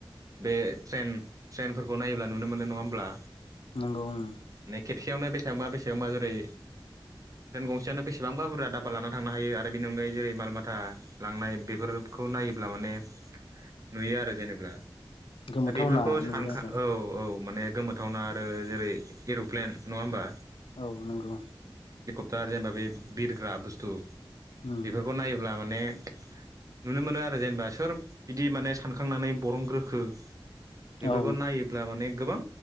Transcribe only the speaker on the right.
बे ट्रेन ट्रेनफोरखौ नायोब्ला नुनो मोनो नङा होमब्ला?
नै खेबसेयावनो बेसेबांबा बेसेबांबा जेरै ट्रेन गं सेयावनो बेसेबांबा बुरजा धाबा लाना थांनो हायो आरो बेनि अनगायै जेरै माल माथा लांनाय बेफोरखौ नायोब्ला मान ने नुयो आरो जेनेबा
दा बेफोरखौ
सानखा
औ औ। माने गोमोथावना आरो जेरै एर'प्लेन नङा होमबा।
दा जेनेबा बे बिरग्रा बुस्थु
बेफोरखौ नायोब्ला माने नुनो मोनो आरो जेनेबा सोर बिदि माने सानखांनानै बरनग्रोखो। बेफोरखौ
नायोब्ला माने गोबां